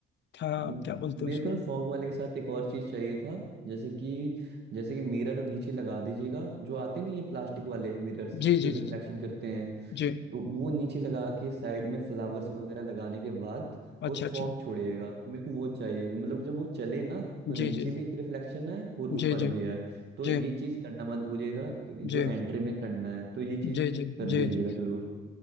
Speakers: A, on the left (about 65°); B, on the right (about 60°).
A: था
B: म-
A: क्या बोलते हैं
B: मेरे
A: उसको
B: को ना फॉग वाले के साथ एक और चीज चाहिए था जैसे कि जैसे कि मिरर नीचे लगा दीजिएगा जो आते नहीं है प्लास्टिक वाले मिरर्स
A: जी
B: जो
A: जी
B: रिफ्लेक्शन
A: जी जी
B: करते हैं
A: जी
B: तो वो नीचे लगा के साइड में फ्लावर्स वगैरह लगाने के बाद
A: अच्छा
B: और फॉग
A: अच्छा
B: छोड़िएगा मेरे को वो चाहिए मतलब जब वो चले ना तो नीचे
A: जी जी
B: भी एक रिफ्लेक्शन आए और ऊपर
A: जी जी
B: भी आए तो
A: जी
B: ये चीज करना मत भूलिएगा क्योंकि जो
A: जी
B: एंट्री में करना है तो ये चीज
A: जी जी
B: कर
A: जी
B: दीजिएगा
A: जी
B: जरूर